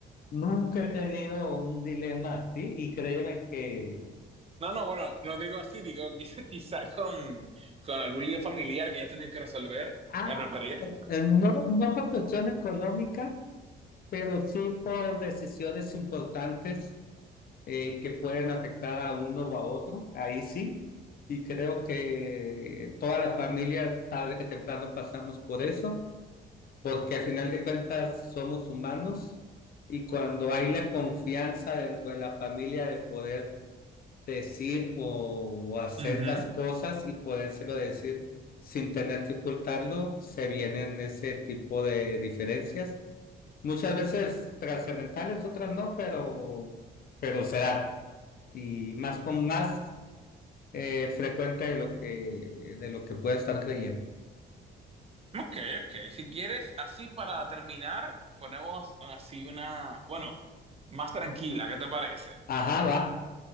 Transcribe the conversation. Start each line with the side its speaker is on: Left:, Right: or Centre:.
Left: Nunca he tenido un dilema así y créeme que...
Right: No, no, bueno, no digo así, digo <laughs> quizás con, con algún lío familiar que ya tenido que resolver,
Left: Ah,
Right: me refería.
Left: no, no por cuestión económica, pero sí por decisiones importantes eh, que pueden afectar a uno o a otro, ahí sí. Y creo que todas las familias tarde que temprano pasamos por eso, porque al final de cuentas somos humanos y cuando hay la confianza dentro de la familia de poder decir o, o hacer
Right: Ujú.
Left: las cosas y podérselo decir sin tener que ocultarlo, se vienen ese tipo de diferencias Muchas veces trascendentales, otras no, pero, pero se dan. Y más con más eh, frecuente de lo que, de lo que puede estar creyendo.
Right: Ok, ok. Si quieres, así para terminar, ponemos así una, bueno, más tranquila, ¿qué te parece?
Left: Ajá, va.